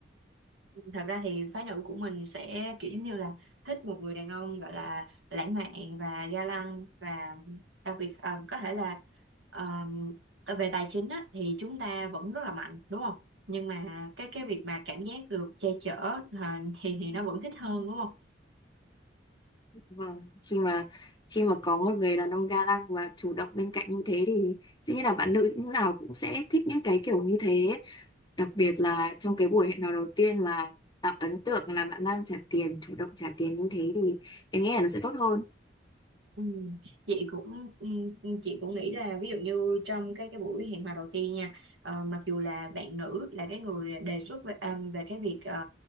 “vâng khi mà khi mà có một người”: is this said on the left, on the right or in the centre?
Left